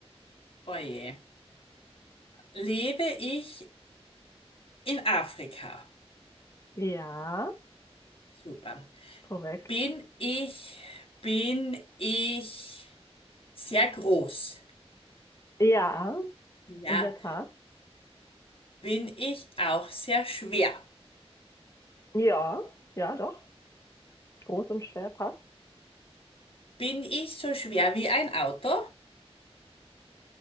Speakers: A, on the left; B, on the left.
A: Oh je. Lebe ich in Afrika?
B: Ja,
A: Super.
B: korrekt.
A: Bin ich, bin ich sehr groß?
B: Ja,
A: Ja.
B: in der Tat.
A: Bin ich auch sehr schwer?
B: Ja, ja, doch. Groß und schwer passt.
A: Bin ich so schwer wie ein Auto?